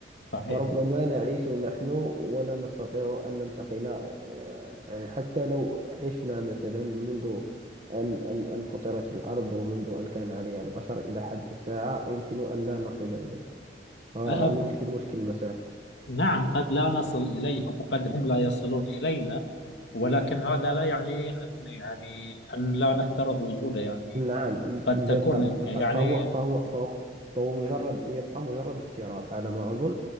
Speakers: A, on the left (about 75°); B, on the right (about 35°).
A: صحيح
B: فربما نعيش نحن ولا نستطيع أن ننتقل آه، يعني حتى لو عشنا مثلا منذ أن أن أن فطرت الأرض ومنذ أن كان عليها البشر إلى حد الساعة يمكن أن لا نصل إليها فالمشكل
A: أه
B: مشكل المسافة
A: نعم قد لا نصل إليهم وقد هم لا يصلون إلينا ولكن هذا لا يعني أن يعني أن لا نفترض وجوده يعني
B: نعم
A: قد
B: بالطبع
A: تكون
B: بالطبع
A: يعني
B: فهو فهو فهو فهو مجرد يبقى مجرد استيراد على ما أظن